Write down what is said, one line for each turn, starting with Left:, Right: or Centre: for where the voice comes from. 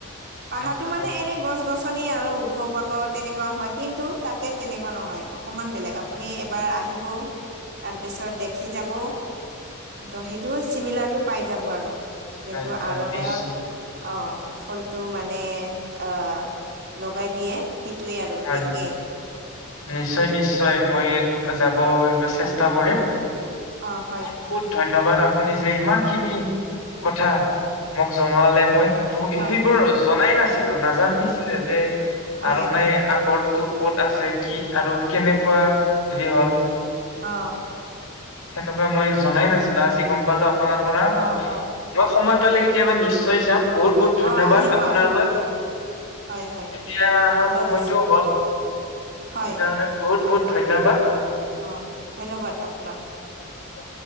Right: পাহাৰটো
Left: আচ্ছা
Right: মানে এনে গছ গছনি আৰু ওঘ পা তেনেকুৱা হয়, কিন্তু তাতে তেনেকুৱা নহয়। অকনমান বেলেগ, আপুনি এবাৰ আহিব তাৰপিছত দেখি যাব তো সেইটো চিমিলাৰটো পাই যাব আৰু। যোনতো
Left: আচ্ছা
Right: আৰণায়ত
Left: নিশ্চয়
Right: অ', ফুলটো মানে অহ লগাই দিয়ে সেইটোৱে আৰু
Left: হয়
Right: একেই।
Left: হয়। নিশ্চয় নিশ্চয়। মই যাব ইবিলাক চেষ্টা কৰিম।
Right: অ হয়
Left: বহুত বহুত ধন্যবাদ। আপুনি যে ইমানখিনি কথা মোক জনোৱালে। মই
Right: হয়
Left: সেইবোৰ
Right: হয়
Left: জনাই নাছিলো। নাজানিছিলে যে
Right: হয়
Left: আৰনাই
Right: হয়
Left: আগৰ টো ক'ত আছে কি আৰু কেনেকুৱা হেৰি হ'ল
Right: অ'।
Left: সেনেকুৱা মই জনাই নাছিলো। আজি গম পালো আপোনাৰ পৰা।
Right: অ অ
Left: দিয়ক সময় পালে কেতিয়াবা নিশ্চয় যাম। বহুত বহুত ধন্যবাদ
Right: অ আহিব
Left: আপোনালৈ।
Right: আহিব আহিব হয় হয়
Left: এতিয়া আমাৰ
Right: আদৰিছো
Left: সময়টো হ'ল।
Right: হয়
Left: সেইকাৰণে বহুত বহুত ধন্যবাদ।
Right: অ', ধন্যবাদ আপোনাক।
Left: অহ।